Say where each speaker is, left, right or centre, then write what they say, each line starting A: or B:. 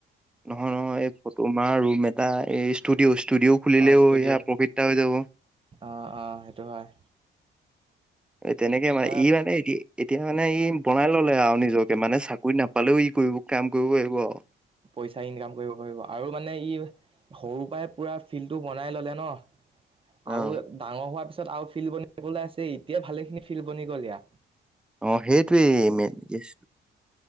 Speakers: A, in the centre; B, on the right.
A: নহয়, নহয়, এই ফটোমাৰা ৰুম এটা এই ষ্টুডিঅ' ষ্টুডিঅ' খুলিলেও
B: আহ ষ্টুডিঅ'
A: সেয়া প্ৰফিট এটা হৈ যাব।
B: আহ আহ সেইটো হয়
A: তেনেকে মানে
B: দা
A: ই মানে এ এতিয়া মানে ই বনাই ললে আও নিজকে মানে চাকৰি নাপালেও ই কৰিব কাম কৰিব কৰিব আও।
B: পইচা ইনকাম কৰিব পাৰিব আৰু মানে ই সৰু পৰাই পুৰা ফিল্ডটো বনাই ল'লে ন। আৰু
A: অ।
B: ডাঙৰ হোৱাৰ পিছত আৰু ফিল্ড বনিবলৈ আছে এতিয়া ভালেখিনি ফিল্ড বনি গ'ল ইয়া।
A: অ সেইটোৱেই মেইন ইয়েচ